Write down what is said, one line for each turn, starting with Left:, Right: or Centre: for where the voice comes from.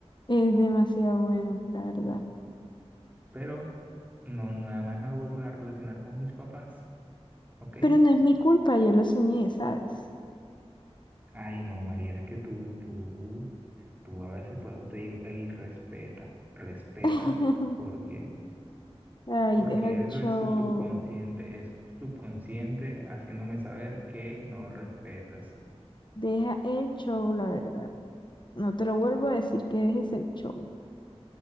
Left: Es demasiado bueno, la verdad.
Right: pero no, nada más no lo vuelvas a relacionar con mis papás, ¿ok?
Left: Pero no es mi culpa, yo lo soñé, ¿sabes?
Right: Ay, no, María, es que tú, tú, tú a veces, por eso te digo, ey, respeta, respeta,
Left: <laughs>
Right: porque
Left: Ay,
Right: porque
Left: deja el
Right: eso
Left: show.
Right: es tu subconsciente, eso es tu subconsciente haciéndome saber que no respetas.
Left: Deja el show, la verdad. No te lo vuelvo a decir que dejes el show.